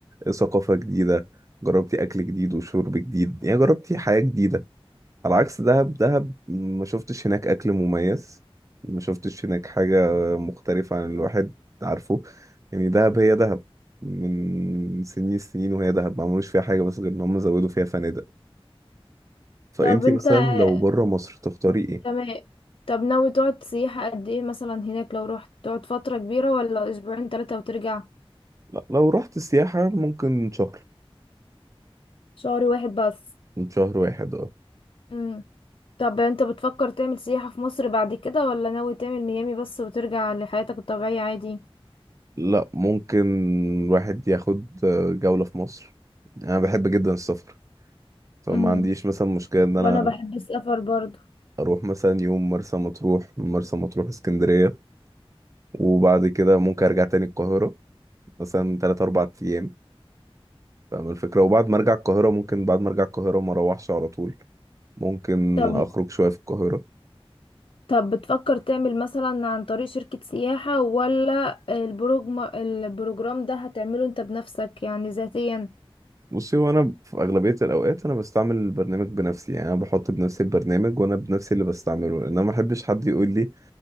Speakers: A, on the right; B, on the left.
A: ثقافة جديدة جربتي اكل جديد وشرب جديد يعني جربتي حياة جديدة على عكس دهب دهب ما شفتش هناك اكل مميز ما شفتش هناك حاجة مختلفة عن الواحد عارفه يعني دهب هي دهب من سنين السنين وهي دهب ما عملوش فيها حاجة بس غير ان هم زودوا فيها فنادق فانتي
B: طب انت
A: مثلا
B: آه،
A: لو بره مصر تختاري ايه
B: تمام طب ناوي تقعد سياحة قد ايه مثلا هناك لو رحت تقعد فترة كبيرة ولا اسبوعين تلاتة وترجع
A: لا لو رحت سياحة ممكن شهر
B: شهر واحد بس
A: من شهر واحد اه
B: مم. طب انت بتفكر تعمل سياحة في مصر بعد كده ولا ناوي تعمل ميامي بس وترجع لحياتك الطبيعية عادي
A: لا ممكن الواحد ياخد جولة في مصر انا بحب جدا السفر فما
B: مم.
A: عنديش مثلا مشكلة ان انا
B: وانا بحب السفر برضو
A: اروح مثلا يوم مرسى مطروح من مرسى مطروح اسكندريه وبعد كده ممكن ارجع تاني القاهره مثلا 3 4 ايام فاهم الفكره وبعد ما ارجع القاهره ممكن بعد ما ارجع القاهره ما اروحش على طول ممكن
B: طب
A: اخرج شويه في القاهره
B: طب بتفكر تعمل مثلا عن طريق شركة سياحة ولا البروجرام البروجرام ده هتعمله انت بنفسك يعني ذاتيا
A: بصي هو انا في اغلبيه الاوقات انا بستعمل البرنامج بنفسي يعني انا بحط بنفسي البرنامج وانا بنفسي اللي بستعمله لان انا ما احبش حد يقول لي